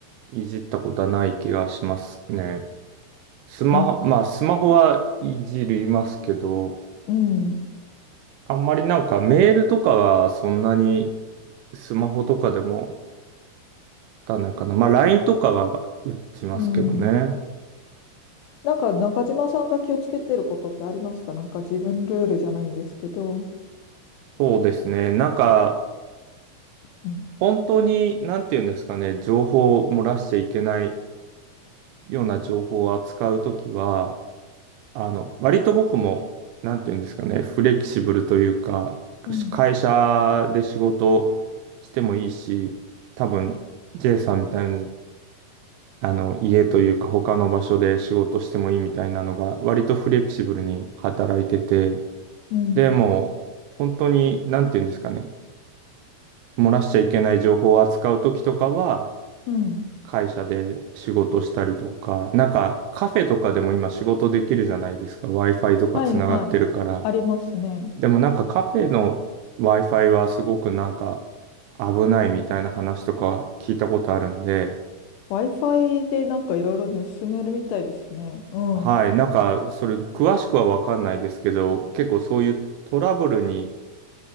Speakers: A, on the right (about 80°); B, on the left (about 80°).
A: いじったことはない気がしますね。スマ、
B: ん、
A: まあスマホはいじりますけど、
B: うん、
A: あんまりなんかメールとかはそんなにスマホとかでも打たないかな。まあ LINE とかは打ちますけどね。
B: うん。なんか中島さんが気をつけてることってありますかなんか自分ルールじゃないんですけど。
A: そうですね。なんか
B: うん、
A: 本当になんていうんですかね、情報を漏らしちゃいけないような情報を扱うときは、あの、割と僕も、なんていうんですかね、フレキシブルというか、
B: うん。
A: 会社で仕事してもいいし、多分、J さんみたいに、あの、家というか他の場所で仕事してもいいみたいなのが、割とフレキシブルに働いてて、
B: うん
A: でも、本当に、なんていうんですかね、漏らしちゃいけない情報を扱う時とかは、
B: うん。
A: 会社で仕事したりとか、なんかカフェとかでも今仕事できるじゃないですか。Wi-Fi とかつながってるから。
B: はいはい。ありますね。
A: でもなんかカフェの Wi-Fi はすごくなんか危ないみたいな話とか聞いたことあるんで、
B: Wi-Fi でなんかいろいろ盗めるみたいですね。うん。
A: はい、
B: う
A: なんかそれ詳しくはわかんないですけど、結構そういうトラブルに